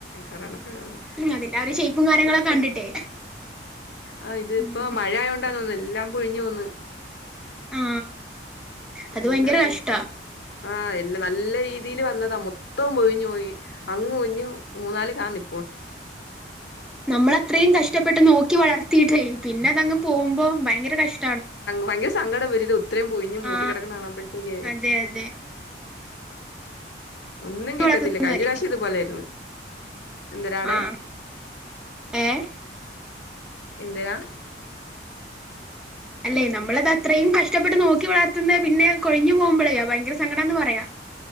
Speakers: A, on the left; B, in the centre.
A: കൊറോണ പഴംന്ന്.......
B: ഉം അതിന്റെ ആ ഒരു ഷേപ്പും കാര്യങ്ങളൊക്കെ കണ്ടിട്ടേ
A: ആ ഇത്പ്പ
B: ഉം
A: മഴ........ തോന്ന എല്ലാം പൊഴിഞ്ഞ് പോവുന്ന.....
B: ആ അത്
A: എല്ലാം
B: ഭയങ്കര
A: പോയീ
B: കഷ്ടാ
A: ആ എല്ലാം നല്ല രീതിയിൽ വന്നതാ മൊത്തം പൊയിഞ്ഞു പോയി അങ്ങ് ഒഞ്ഞഞ് മൂന്നാല് കാന്ന.......
B: നമ്മള അത്രയും കഷ്ടപ്പെട്ട് നോക്കി വളർത്തിയിട്ടേ പിന്നെ അതങ്ങ് പോകുമ്പോ ഭയങ്കര കഷ്........
A: ഭയങ്കര സങ്കടം വരത് ഇത്രയും പൊയിഞ്ഞഞ് മൂട്ട
B: ആ
A: കിടക്കുന്ന കാണുമ്പോഴത്തേക്ക...,.
B: അതെ അതെ
A: ഒന്നും കിട്ടത്തില്ല
B: വളർത്തുന്നല്ലേ
A: കഴിഞ്ഞ പ്രാവശ്യം ഇതുപോലൊയിരുന്നു. എന്തിനാണ്.
B: ആ ഏഹ്
A: എന്രാ.....
B: അല്ലേ നമ്മൾ അത് അത്രേം കഷ്ടപ്പെട്ട് നോക്കി വളർത്തുന്നത് പിന്നെ കൊഴിഞ്ഞ് പോവുമ്പോൾ പയങ്കര സങ്കടം ആന്ന് പറയ